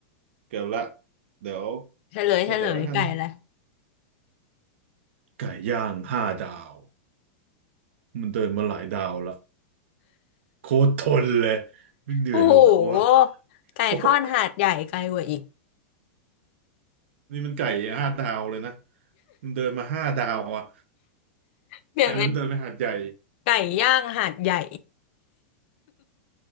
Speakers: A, on the right; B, on the left.
A: เกือบละเดี๋ยว
B: เฉลยเฉลยไก่อะไร
A: เฉลยแล้วกัน ไก่ย่างห้าดาวมันเดินมาหลายดาวละโคตรทนเลยไม่เหนื่อยเลยวะ
B: โอ้โหไก่ทอดหาดใหญ่ไกลกว่าอีก
A: <laughs> นี่มันไก่ห้าดาวเลยนะ มันเดินมาห้าดาวอ่ะ
B: เปลี่ยนเป็น
A: <laughs> อันนั้นเดินไปหาดใหญ่
B: ไก่ย่างหาดใหญ่